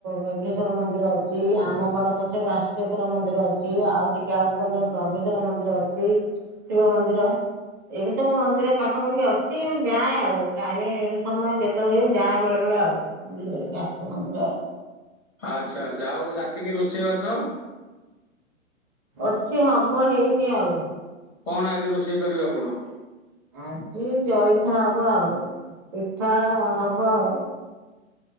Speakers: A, on the right; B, on the left.
A: ମେଘେଶ୍ଵର ମନ୍ଦିର ଅଛି, ଆମ ଘର ପଛରେ ଭାସ୍କେଶ୍ଵର ମନ୍ଦିର ଅଛି, ଆଉ ଟିକେ ଆଗ ବ୍ରହ୍ମେଶ୍ଵର ମନ୍ଦିର ଅଛି, ଶିବ ମନ୍ଦିର ଏମିତି ସବୁ ମନ୍ଦିର ପାଖାପାଖି ଅ ଠିକ ମୁଁ ଯାଏ ଆଉ ଟାଇମ ସମୟ ଯେତେ ହୁଏ ଯାଏ ବେଳେ ବେଳେ ଆଉ ବୁଲି ବୁଲିକି ଆସେ ମନ୍ଦିର ଆଉ
B: ଆଚ୍ଛା ଆଚ୍ଛା ଆଉ ରାତିକି ରୋଷେଇବାସ
A: ଅଛି ହବ ହେଇନି ଆଉ
B: କଣ ଆଜି ରୋଷେଇ କରିବେ ଆପଣ?
A: ଆଜି ଜଳଖିଆ ହବ ଆଉ ପିଠା ହବ ଆଉ